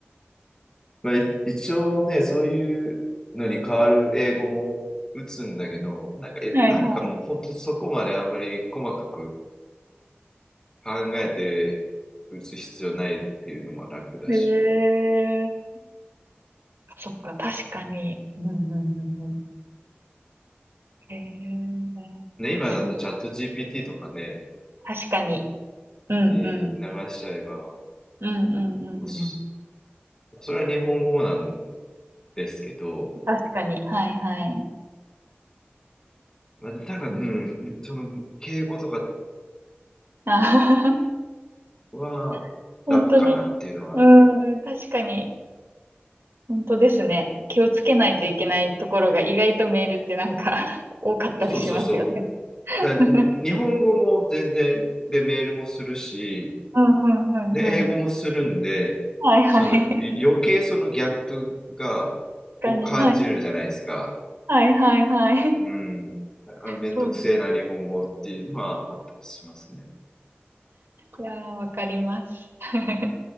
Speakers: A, on the left; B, on the right.
A: まあ、い一応ね、そういうのに変わる英語も打つんだけど、なんか、え、
B: はいは
A: なんかもう本当そこまであんまり細かく考えて打つ必要ないっていうのも楽だし。
B: い。へえ。そっか、確かに。うんうんうんうん。へえ。
A: ね、今だとチャット
B: そ
A: GPT とかね、
B: 確かに。うんうん。
A: ね、流しちゃえば、
B: うんうんうんうん。
A: まあそ、それは日本語なんですけど、
B: 確かに。はいはい。
A: まあただ、うん、
B: うん、
A: その、敬語とか
B: あ
A: は楽かなっていうのはある。
B: <laughs> 本当に。うん、確かに。本当ですね。気をつけないといけないところが意外とメールってなんか <laughs> 多かったりしますよね。
A: そうそうそう。
B: <laughs>
A: だからに日本語も全然、で、メールもするし、
B: うんうんうんうん。
A: で、英語もするんで、
B: はいはい。
A: その、い余計そのギャップが、
B: <laughs> 確かに。
A: を感じるじゃないですか。
B: はい。はいはいはい。
A: うん。あの、めんどくせえな日本語っていうのはあったりしますね。
B: そうです。いやー、わかります。<laughs>